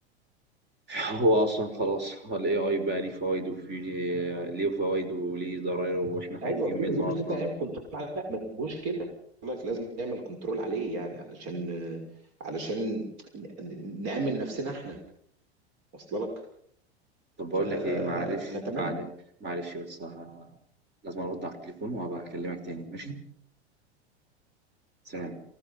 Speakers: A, on the right (about 30°); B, on the right (about 45°).
A: <laughs> هو اصلا خلاص الاي اي بقى ليه فوائد وفي ليه فوائد وليه ضرائب واحنا خايفين
B: أيوه في
A: منه
B: أسلوب بس
A: اصلا
B: أنت اعمل كنترول عليه لأ ما تسيبوش كده. بيقول لك لازم نعمل كنترول عليه يعني علشان علشان ن ن نأمن نفسنا إحنا واصلة لك؟
A: طب بقول
B: فنتمنى
A: لك ايه معلش معلش معلش بس ه- لازم ارد على التليفون وهبقى اكلمك تاني ماشي سلام